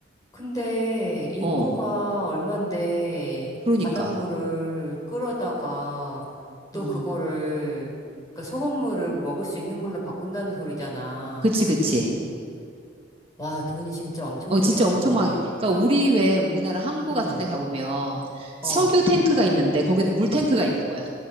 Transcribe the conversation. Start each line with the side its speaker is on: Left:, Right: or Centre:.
Left: 근데 인구가
Right: 어,
Left: 얼만데
Right: 그러니까.
Left: 바닷물을 끌어다가 또
Right: 음,
Left: 그거를 그러니까 소금물을 먹을 수 있는 물로 바꾼다는 소리잖아.
Right: 그치, 그치.
Left: 와, 돈이 진짜 엄청
Right: 어,
Left: 들겠다,
Right: 진짜 엄청
Left: 그러면.
Right: 막, 그러니까 우리 왜 우리나라 항구
Left: 음,
Right: 같은 데 가보면
Left: 어.
Right: 석유 탱크가 있는데 거기는 물 탱크가 있는 거야.